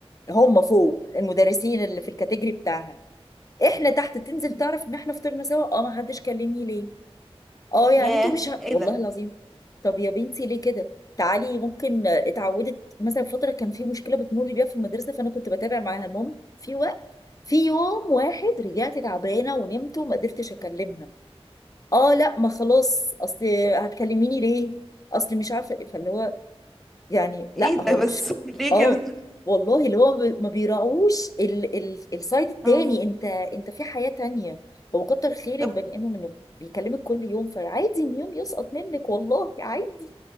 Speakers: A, on the left (about 35°); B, in the centre.
A: هم فوق المدرسين اللي في الكاتيجري بتاعها احنا تحت تنزل تعرف ان احنا فطرنا سوا اه ما حدش كلمني ليه اه يعني
B: ياه
A: انتوا مش ه...
B: ايه
A: والله
B: ده
A: العظيم طب يا بنتي ليه كده تعالي ممكن آه، اتعودت مثلا فتره كان في مشكله بتمر بيها في المدرسه فانا كنت بتابع معاها المهم في وقت في يوم واحد رجعت تعبانه ونمت وما قدرتش اكلمها اه لا ما خلاص اصل هتكلميني ليه اصل مش عارفه إيه. فاللي هو يعني لا
B: ايه ده
A: هو
B: بس
A: مش
B: <laughs> ليه
A: اه
B: كده
A: والله اللي هو ب- ما بيراعوش ال... ال... السايد التاني
B: اه
A: انت انت في حياة تانية هو كتر خير
B: طب
A: البني ادم انه بيكلمك كل يوم فعادي ان يوم يسقط منك والله عادي